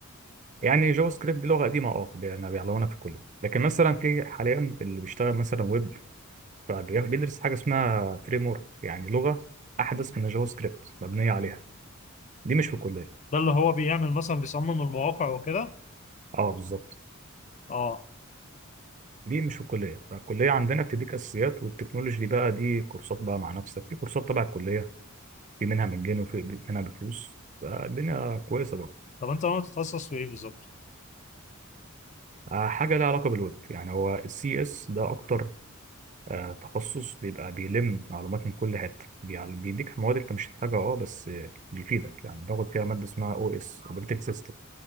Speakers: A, on the right; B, on the left.
A: يعني جافا سكريبت دي لغه قديمه اه بي- بيعلمونا في الكليه لكن مثلا في حاليا اللي بيشتغل مثلا ويب فبيدرس حاجه اسمها فريم ورك يعني لغه احدث من الجافا سكريبت مبنيه عليها دي مش في الكليه
B: ده اللي هو بيعمل مثلا بيصمم المواقع وكده
A: اه بالظبط
B: اه
A: دي مش في الكليه فالكليه عندنا بتديك اساسيات والتكنولوجي دي بقى دي كورسات بقى مع نفسك في كورسات تبع الكليه في منها مجاني وفي منها بفلوس فالدنيا كويسه بقى
B: طب انت ناوي تتخصص في ايه بالظبط؟
A: آه، حاجه لها علاقه بالويب يعني هو السي اس ده اكتر آه، تخصص بيبقى بيلم معلومات من كل حته يعني بيديك مواد انت مش محتاجها اه بس آه، بيفيدك يعني باخد فيها ماده اسمها او اس اوبريتنج سيستم